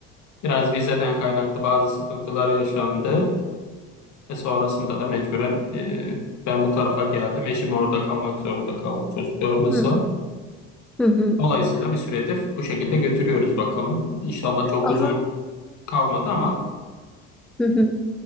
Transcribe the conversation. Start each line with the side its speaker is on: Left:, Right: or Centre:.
Left: Biraz vizeden kaynaklı bazı sıkıntılar yaşandı. Ve sonrasında da mecburen eee, ben bu tarafa geldim. Eşim orada kalmak zorunda kaldı çocuklarımızla.
Centre: Hı hı. hı. hı.
Left: Dolayısıyla bir süredir bu şekilde götürüyoruz bakalım. İnşallah çok
Centre: Ama
Left: uzun kalmadı ama
Centre: hı hı.